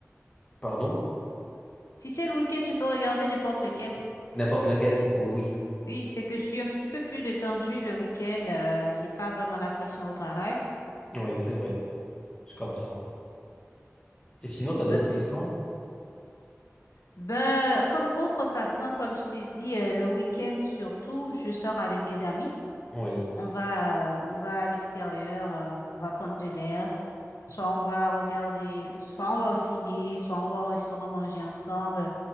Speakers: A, on the left (about 20°); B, on the left (about 80°).
A: Pardon?
B: Si c'est le week-end, je peux regarder n'importe lequel.
A: N'importe lequel? Oui,
B: Oui, c'est que je suis un petit peu plus détendue le week-end. euh, j'ai pas vraiment la pression au travail.
A: oui, c'est vrai, je comprends. Et sinon, t'as d'autres
B: Donc, c'est,
A: questions?
B: ben, comme autre passe-temps, comme je t'ai dit, euh, le week-end surtout, je sors avec des amis.
A: Oui.
B: On va, euh, on va à l'extérieur, euh, on va prendre de l'air. Soit on va regarder, soit on va au ciné, soit on va au restaurant manger ensemble.